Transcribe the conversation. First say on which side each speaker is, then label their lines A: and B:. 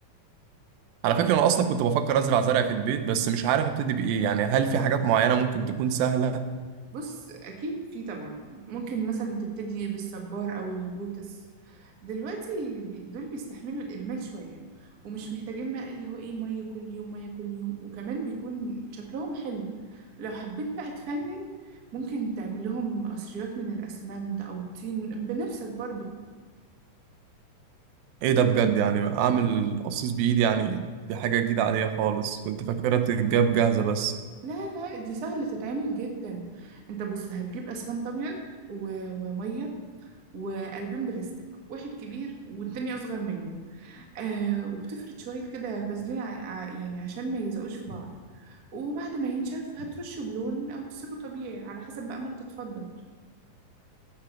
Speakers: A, on the right; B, on the right.
A: على فكره انا اصلا كنت بفكر ازرع زرع في البيت بس مش عارف ابتدي بايه يعني هل في حاجات معينه ممكن تكون سهله
B: بص اكيد في طبعا ممكن مثلا تبتدي بالصبار او البوتس دلوقتي بي- دول بيستحملوا الاهمال شويه ومش محتاجين بقى اللي هو ايه ميه كل يوم ميه كل يوم وكمان بيكون شكلهم حلو لو حبيت بقى تفنن ممكن تعمل لهم قصريات من الاسمنت او الطين بنفسك برضو
A: ايه ده بجد يعني اعمل قصيص بايدي يعني دي حاجه جديده عليا خالص كنت فاكرها بتتجاب جاهزه بس
B: لا لا دي سهله تتعمل جدا انت بص هتجيب اسمنت ابيض و- وميه وقلبين بلاستيك واحد كبير والتاني اصغر منه آه وبتفرد شوية كده فازلين ع... ع... يعني عشان ما يلزقوش في بعض وبعد ما ينشف هترشه بلون أو تسيبه طبيعي على حسب بقى ما أنت تفضل